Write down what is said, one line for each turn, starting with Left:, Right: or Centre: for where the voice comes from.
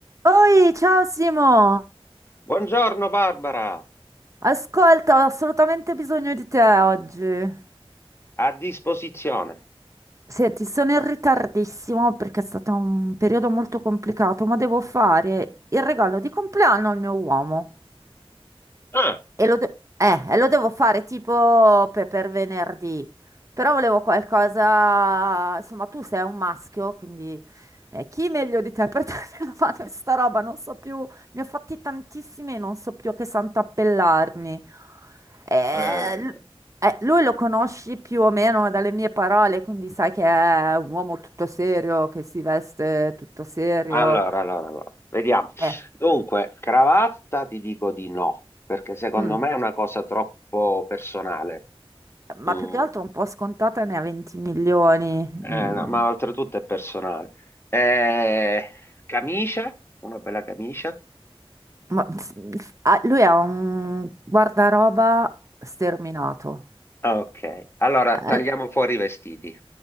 Right: Oi, ciao Simo!
Left: Buongiorno Barbara,
Right: Ascolta, ho assolutamente bisogno di te oggi.
Left: a disposizione.
Right: Senti, sono in ritardissimo perché è stato un periodo molto complicato, ma devo fare il regalo di compleanno al mio uomo.
Left: Ah,
Right: E lo, de- eh, e lo devo fare tipo pe- per, venerdì. Però volevo qualcosa. Insomma, tu sei un maschio, quindi eh, chi meglio di te per <laughs> darmi una mano in sta roba? Non so più, ne ho fatti tantissimi e non so più a che santo appellarmi. Eh,
Left: eh,
Right: l- eh, lui lo conosci più o meno dalle mie parole, quindi sai che è un uomo tutto serio, che si veste tutto serio.
Left: allora, allora, allora, vediamo.
Right: Eh,
Left: Dunque, cravatta ti dico di no, perché secondo
Right: mm.
Left: me è una cosa troppo personale.
Right: ma
Left: Mm,
Right: più che altro un po' scontata ne ha 20 milioni.
Left: eh,
Right: Mm,
Left: no, ma oltretutto è personale. Eh, camicia, una bella camicia.
Right: ma- ah, lui ha un guardaroba sterminato.
Left: Ok, allora
Right: Eh,
Left: tagliamo fuori i vestiti.